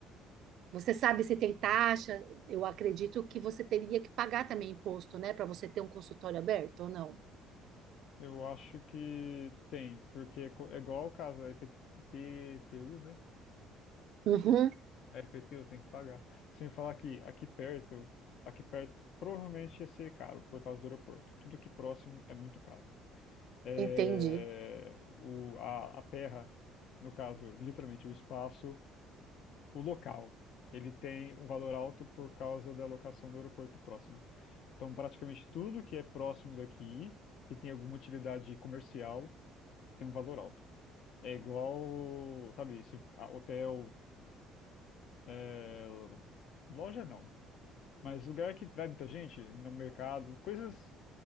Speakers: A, on the right; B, on the left.
A: você sabe se tem taxa? Eu acredito que você teria que pagar também imposto, né, para você ter um consultório aberto ou não?
B: Eu acho que tem, porque co- é igual o caso da IPTU, né?
A: Uhum,
B: É IPTU, tem que pagar. Sem falar que aqui perto, aqui perto provavelmente ia ser caro por causa do aeroporto. Tudo que próximo é muito caro. É,
A: entendi.
B: o, a, a terra, no caso, literalmente o espaço, o local, ele tem um valor alto por causa da locação do aeroporto próximo. Então, praticamente tudo que é próximo daqui, que tem alguma utilidade comercial, tem um valor alto. É igual, sabe, se, a- hotel, é, loja não, mas lugar que vai muita gente, no mercado, coisas,